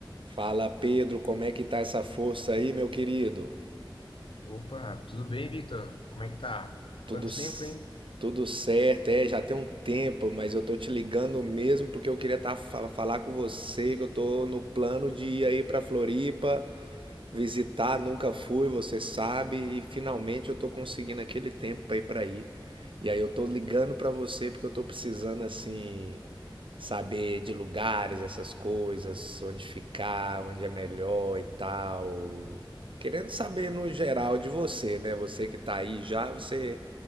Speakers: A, on the right; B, on the left.
A: Fala Pedro, como é que tá essa força aí, meu querido?
B: Opa, tudo bem, Victor? Como é que tá?
A: Tudo,
B: Quanto
A: s-
B: tempo, hein?
A: tudo certo, é, já tem um tempo, mas eu tô te ligando mesmo porque eu queria tá, fa- falar com você, que eu tô no plano de ir aí pra Floripa visitar, nunca fui, você sabe, e finalmente eu tô conseguindo aquele tempo aí pra ir. E aí eu tô ligando pra você porque eu tô precisando assim Saber de lugares, essas coisas, onde ficar, onde é melhor e tal. Querendo saber no geral de você, né? Você que tá aí já, você